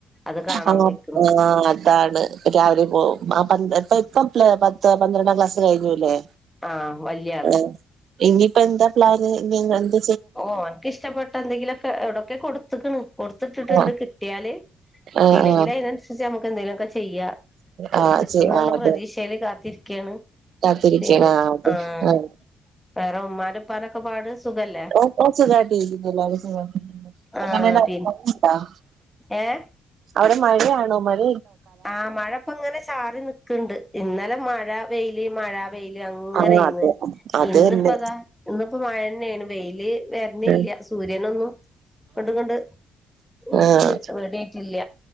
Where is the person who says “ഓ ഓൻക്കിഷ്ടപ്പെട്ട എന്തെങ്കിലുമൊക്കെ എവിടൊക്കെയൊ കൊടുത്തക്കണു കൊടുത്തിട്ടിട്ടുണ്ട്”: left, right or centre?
Centre